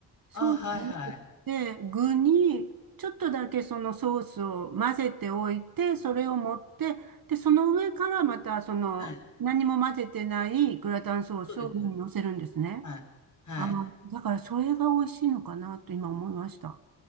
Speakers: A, on the right; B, on the left.
A: そうじゃなくて、
B: あ、はいはい。
A: 具に、ちょっとだけそのソースを混ぜておいて、それを持って、で、その上からまた、その、
B: はい。
A: 何も混ぜてないグラタンソースを上に乗せるんですね。
B: そうです、そうです。はい。はい。
A: あー、だからそれが美味しいのかなと今思いました。